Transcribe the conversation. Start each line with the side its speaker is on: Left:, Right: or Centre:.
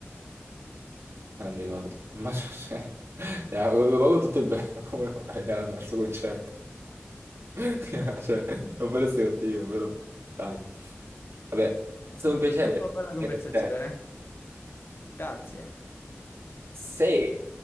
Right: Eh, non mi ricordo. Ma <laughs> cioè... eh, Lo pago tutto il bene, <laughs> come fai ad andare al suo concerto? <laughs> Cioè, non per essere cattivo, però. Dai, vabbè, è stato un piacere.
Left: stata una bella conversazione.
Right: essere con te.
Left: Grazie.
Right: Sì,